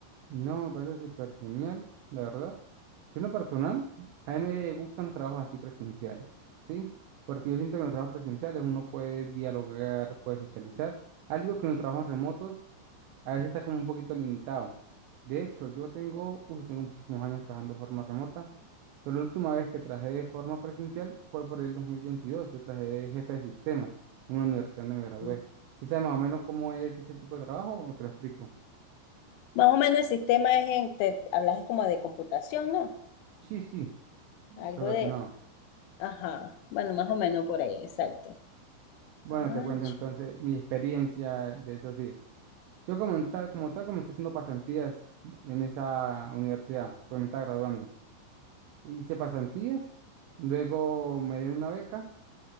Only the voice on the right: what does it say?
No, me parece súper genial, la verdad. Yo en lo personal, a mí me gustan los trabajos así presenciales, ¿sí? Porque yo siento que en los trabajos presenciales uno puede dialogar, puede socializar, algo que en los trabajos remotos A veces está como un poquito limitado. De hecho, yo tengo, uy, tengo muchísimos años trabajando de forma remota, pero la última vez que trabajé de forma presencial fue por el 2022. Yo trabajé de jefe de sistemas en una universidad donde me gradué.
¿Y sabes más o menos cómo es ese tipo de trabajo o te lo explico?
Sí, sí,
relacionado.
Bueno,
te cuento
entonces mi experiencia de esos días. Yo como tal, como tal comencé haciendo pasantías en esa universidad, pues me estaba graduando. Hice pasantías, luego me dieron una beca